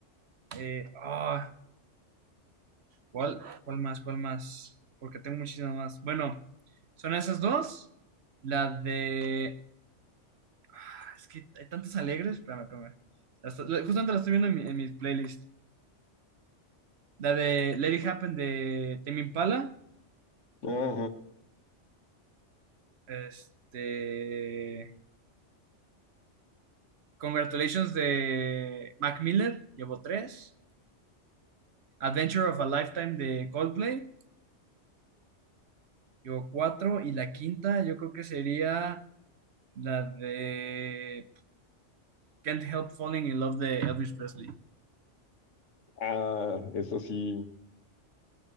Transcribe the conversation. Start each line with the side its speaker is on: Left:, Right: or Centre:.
Right: eh, ah, ¿cuál, cuál más, cuál más? Porque tengo muchísimas más. Bueno, son esas dos. La de, ah, es que hay tantas alegres, espérame, espérame. La esto- la- justamente la estoy viendo en, mi- en mis playlists. La de Let It Happen de Tame Impala,
Left: Ajá.
Right: este, Congratulations de Mac Miller, llevo tres. Adventure of a Lifetime de Coldplay, yo cuatro, y la quinta yo creo que sería la de Can't Help Falling in Love de Elvis Presley.
Left: Ah, eso sí.